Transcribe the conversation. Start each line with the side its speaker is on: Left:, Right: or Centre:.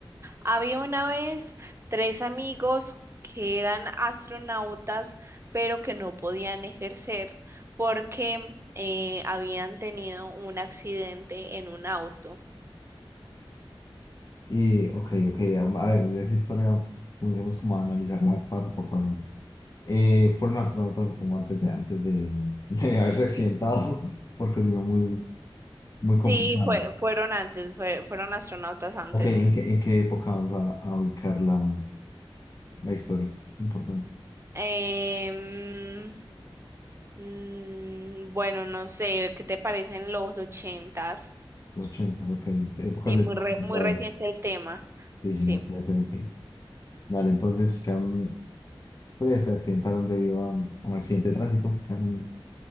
Right: Había una vez tres amigos que eran astronautas, pero que no podían ejercer porque eh, habían tenido un accidente en un auto.
Left: y, ok, ok, a, a ver, de esa historia comencemos como a analizarla paso por paso. Eh, fueron astronautas como antes de, antes de, <laughs> de haberse accidentado, porque si no, muy, muy
Right: Sí,
Left: complicado.
Right: fue- fueron antes, fue- fueron astronautas antes.
Left: Ok, ¿en qué, en qué época vamos a, a ubicar la, la historia? Importante.
Right: Em, mm, bueno, no sé, ¿qué te parecen los ochentas?
Left: Los ochentas, ok. Épocas
Right: Sí,
Left: del
Right: muy,
Left: pasado.
Right: re- muy reciente el tema,
Left: Sí, sí,
Right: sí.
Left: ok, ok, ok. Dale, entonces quedaron, pues, se accidentaron debido a, un a un accidente de tránsito. quedaron-